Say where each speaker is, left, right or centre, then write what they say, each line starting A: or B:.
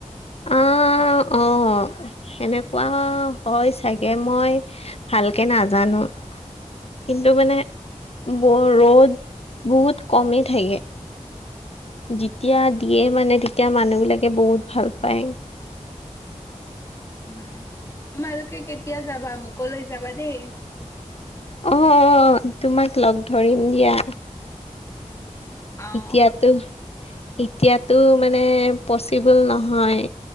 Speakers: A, on the left; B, on the left.
A: অ', অ', সেনেকুৱা হয় চাগে মই ভালকে নাজানো। কিন্তু মানে ৰ'দ বহুত কমি থাকে। যেতিয়া দিয়ে মানে তেতিয়া মানুহ বিলাকে বহুত ভাল পায়।
B: উম, তোমালোকে কেতিয়া যাবা? মোকো লৈ যাবা দেই।
A: অ', অ', অ', তোমাক লগ ধৰিম দিয়া।
B: অ',
A: এতিয়াতো এতিয়াতো মানে পচিবল নহয়।